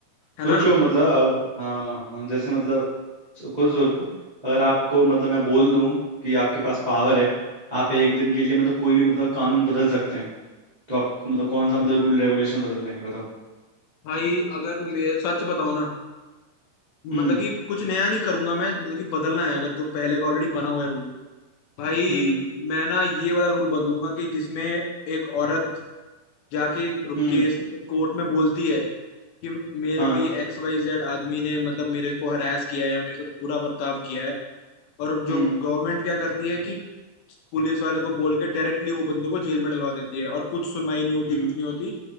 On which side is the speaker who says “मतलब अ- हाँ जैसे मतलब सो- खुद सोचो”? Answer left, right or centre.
Right